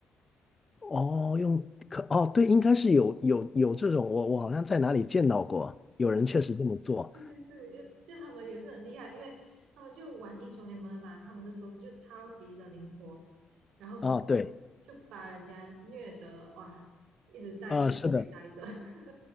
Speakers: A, on the left (about 25°); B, on the right (about 85°).
A: 哦，用可哦，对，应该是有有有这种，我我好像在哪里见到过，有人确实这么做。
B: <laughs> 对对对，就就他们也是很厉害，因为他们就玩英雄联盟的嘛，他们的手指就超级的灵活，然后过后
A: 啊，对，
B: 就把人家虐得哇，一直在泉水待着。
A: 啊，是的，
B: <laughs>